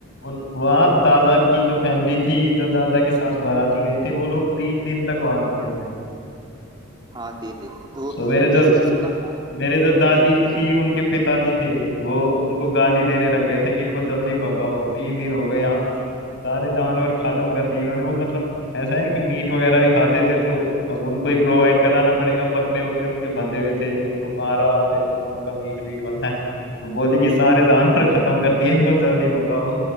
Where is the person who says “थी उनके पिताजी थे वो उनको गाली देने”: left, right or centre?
Left